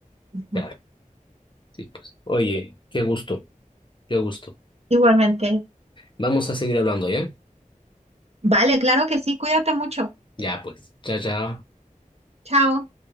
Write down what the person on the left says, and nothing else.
claro, sí, pues. Oye, qué gusto, qué gusto.
Vamos a seguir hablando, ¿ya?
Ya, pues. Chao, chao.